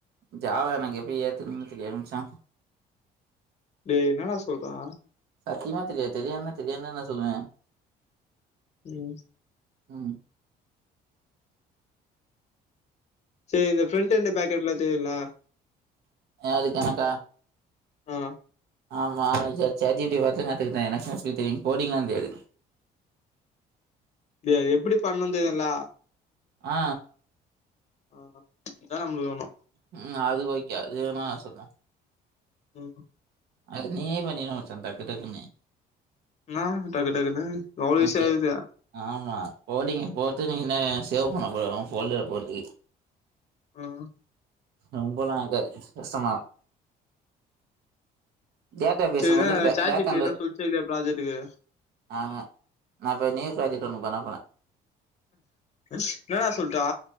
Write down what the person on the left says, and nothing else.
டேய் என்னடா சொல்றா
ம்
சேர் இந்த ஃப்ரெண்ட் எண்ட் பேக் எண்ட்லா தெரியுல
ஆ
இது எப்டி பண்ணுந் தெரியுல
ஆ இதா நம்பளுக்கு வேணு
ம்
மா டக்கு டக்குன்னு எவ்ளோ
ஈசியா
இருக்குது
ம்
சரி என்ன
chat
G P
T என்ன சொல்ச்சா இல்லையா ப்ராஜெக்டுக்கு
என்னடா சொல்ட்டா